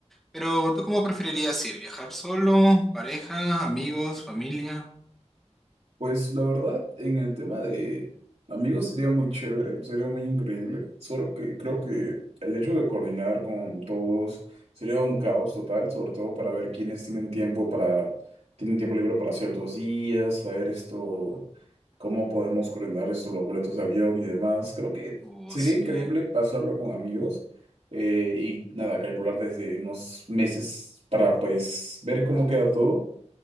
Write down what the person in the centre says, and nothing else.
Pero ¿tú cómo preferirías ir? ¿Viajar solo, pareja, amigos, familia?
Uh,
sí,